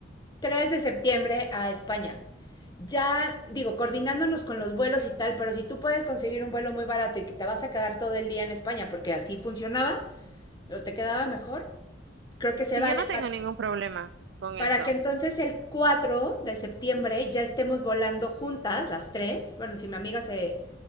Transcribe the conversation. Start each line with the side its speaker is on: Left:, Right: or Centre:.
Left: 3 de septiembre a España. Ya, digo, coordinándonos con los vuelos y tal, pero si tú puedes conseguir un vuelo muy barato y que te vas a quedar todo el día en España, porque así funcionaba, o te quedaba mejor, creo que se
Right: Sí,
Left: vale
Right: yo no tengo
Left: para,
Right: ningún problema con
Left: para
Right: eso.
Left: que entonces el 4 de septiembre ya estemos volando juntas, las tres. Bueno, si mi amiga se,